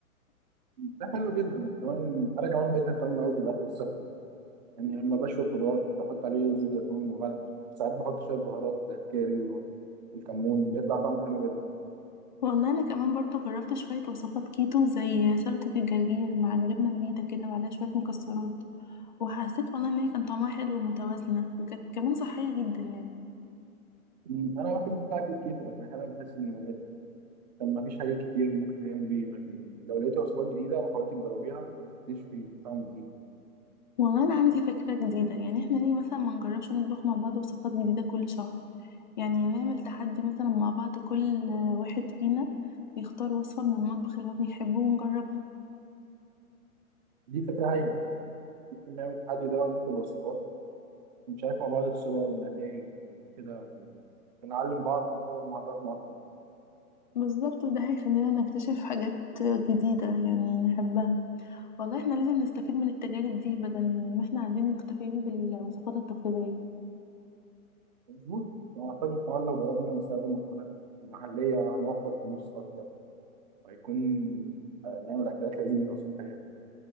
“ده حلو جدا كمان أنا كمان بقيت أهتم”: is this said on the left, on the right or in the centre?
Right